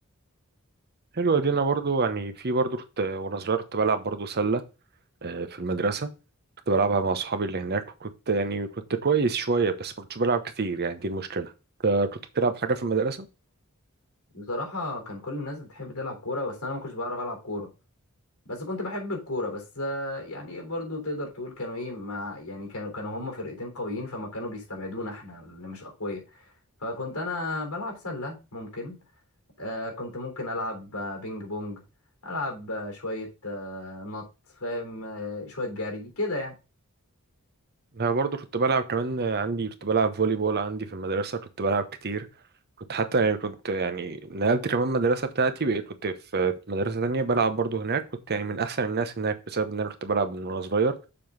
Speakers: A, on the right (about 45°); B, on the left (about 75°).
A: حلوه دي انا برضو يعني في برضو كنت وانا صغير كنت بلعب برضو سله آه، في المدرسه كنت بلعبها مع اصحابي اللي هناك وكنت يعني كنت كويس شويه بس ما كنتش بلعب كتير يعني دي المشكله آه، كنت بتلعب حاجه في المدرسه
B: بصراحه كان كل الناس بتحب تلعب كوره بس انا ما كنتش بعرف العب كوره بس كنت بحب الكورة بس آه، يعني برضو تقدر تقول كانوا ايه مع يعني كانوا كانوا هم فرقتين قويين فما كانوا بيستبعدونا احنا اللي مش اقوياء فكنت انا بلعب سلة ممكن آه كنت ممكن العب آه، بينج بونج العب آه، شوية آه نط فاهم آه شوية جري كده يعني
A: انا برضو كنت بلعب كمان آه، عندي كنت بلعب فولي بول عندي في المدرسه كنت بلعب كتير كنت حتى يعني كنت يعني نقلت كمان مدرسه بتاعتي بقيت كنت في في مدرسه تانية بلعب برضو هناك كنت يعني من احسن الناس هناك بسبب ان انا كنت بلعب من وانا صغير